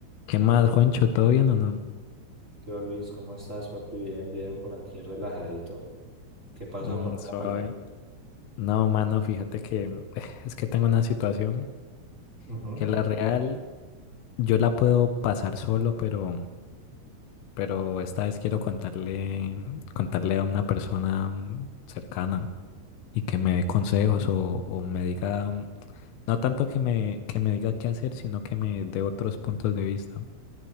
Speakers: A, on the left; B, on the right.
A: ¿Qué más, Juancho? ¿Todo bien o no?
B: Yo, Luis, ¿cómo estás, papi? Bien, bien, por aquí relajadito. ¿Qué pasó?
A: Mm,
B: Cuéntamelo.
A: suave. No, mano, fíjate que eh, es que tengo una situación
B: Ujú,
A: que
B: con-
A: la real yo la puedo pasar solo, pero, pero esta vez quiero contarle, contarle a una persona mm, cercana y que me dé consejos o, o me diga, mm, no tanto que me, que me diga qué hacer, sino que me dé otros puntos de vista.